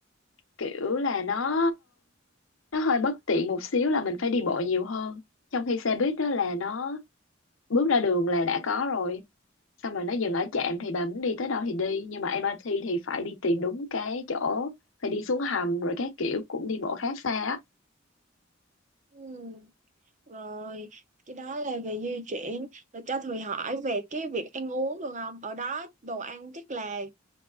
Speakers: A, on the left; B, on the right.
A: kiểu là nó nó hơi bất tiện một xíu là mình phải đi bộ nhiều hơn. Trong khi xe buýt đó là nó bước ra đường là đã có rồi. Xong rồi nó dừng ở trạm thì bà muốn đi tới đâu thì đi. Nhưng mà MRT thì phải đi tìm đúng cái chỗ, phải đi xuống hầm rồi các kiểu cũng đi bộ khá xa á.
B: Ừ. Rồi, cái đó là về di chuyển. Rồi cho Thùy hỏi về cái việc ăn uống được không? Ở đó đồ ăn chắc là